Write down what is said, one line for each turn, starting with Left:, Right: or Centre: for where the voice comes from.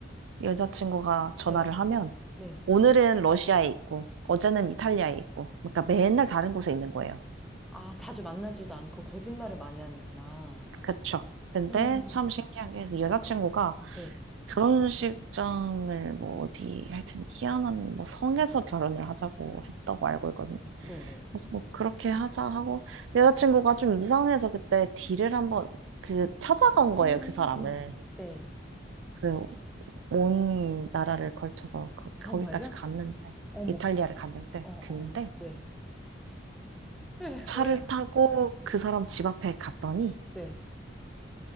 Right: 여자친구가 전화를
Centre: 네,
Right: 하면
Centre: 네.
Right: 오늘은 러시아에 있고 어제는 이탈리아에 있고 그러니까 맨날 다른 곳에 있는 거예요.
Centre: 아, 자주 만나지도 않고 거짓말을 많이 하는구나.
Right: 그렇죠. 근데
Centre: 음,
Right: 참 신기한 게 그래서 여자친구가
Centre: 네,
Right: 결혼식장을 뭐 어디 하여튼 희한한 뭐 성에서 결혼을 하자고 했다고 알고 있거든요.
Centre: 네, 네.
Right: 그래서 뭐 그렇게 하자 하고 근데 여자친구가 좀 이상해서 그때 딜을 한번 그
Centre: 음,
Right: 찾아간 거예요.
Centre: 음,
Right: 그 사람을.
Centre: 네.
Right: 그 온 나라를 걸쳐서 거,
Centre: 정말요?
Right: 거기까지 갔는데
Centre: 어머,
Right: 이탈리아를 갔는데
Centre: 어,
Right: 근데
Centre: 어, 네. 예,
Right: 차를
Centre: 왜요?
Right: 타고 그 사람 집 앞에 갔더니
Centre: 네.